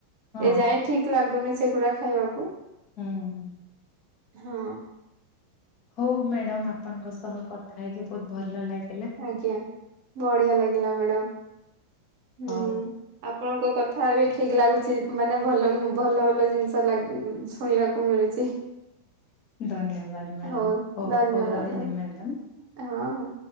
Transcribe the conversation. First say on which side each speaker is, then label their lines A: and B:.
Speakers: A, on the left; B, on the right.
A: ହଁ
B: ଏ ଯାଏଁ ଠିକ ଲାଗୁନି ସେଗୁଡା ଖାଇବାକୁ।
A: ହୁଁ।
B: ହଁ।
A: ହଉ ମ୍ୟାଡାମ ଆପଣଙ୍କ ସହ କଥା ହେଇକି ବହୁତ ଭଲ ଲାଗି
B: ଆଜ୍ଞା, ବଢିଆ ଲାଗିଲା ମ୍ୟାଡାମ। ହୁଁ
A: ହଉ
B: ଆପଣଙ୍କ କଥା ବି ଠିକ୍ ଲାଗୁଛି, ମାନେ ଭଲ ଭଲ ଭଲ ଜିନିଷ ଲାଗ ଶୁଣିବାକୁ ମିଳୁଛି।
A: ଧନ୍ୟବାଦ ମ୍ୟାଡାମ
B: ହଉ ଧନ୍ୟବାଦ
A: ହଉ ରହିଲି
B: ମ୍ୟା
A: ମ୍ୟାଡାମ।
B: ହଁ ହ।